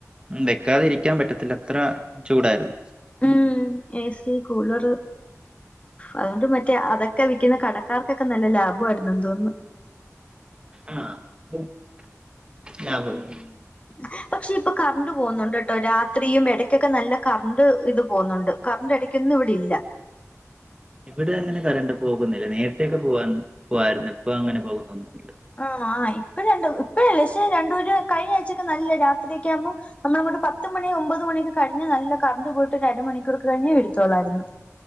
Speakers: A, on the right (about 20°); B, on the left (about 25°).
A: ഉം വെക്കാതെ ഇരിക്കാൻ പറ്റത്തില്ല അത്ര ചൂടായിരുന്നു
B: ഉം ഏ സി കൂളറ് അതുകൊണ്ട് മറ്റേ അതൊക് ക്കെ വിക്കുന്ന കടക്കാർക്കൊക്കെ നല്ല ലാഭവയിരുന്നു എന്ന് തോന്നുന്നു
A: ആഹ് പ് ആ ബോലോ
B: ഉം. പക്ഷെ ഇപ്പൊ കർണ്ട് പോകുന്നുണ്ട് കേട്ടോ രാത്രിയും എടക്കൊക്കെ നല്ല കർണ്ട് ഇത് പോകുന്നുണ്ട് കറണ്ട് ഇടക്കൊന്നും ഇവിടെ ഇല്ല
A: ഇവടെ അങ്ങനെ കര്ണ്ട് പോകുന്നില്ല നേരത്തൊക്കെ പോവാ പോവായിരുന്നു ഇപ്പ അങ്ങനെ പോകുന്നൊന്നുല്ല
B: ഓഹ് ആഹ് ഇപ്പണ്ട് ഇപ്പഴല്ല പക്ഷെ രണ്ടൂര് കഴിഞ്ഞ ആഴ്ചൊക്കെ നല്ലെ രാത്രിയൊക്കെ ആകുമ്പോ ന്നമ്മളങ്ങോട്ട് പത്ത് മണി ഒമ്പത് മണി ഒക്കെ കഴിഞ്ഞ് നല്ല കരണ്ട് പോയിട്ട് ഒരര മണൂക്കൂർ കഴിഞ്ഞേ വെരെത്തോളായിരുന്നു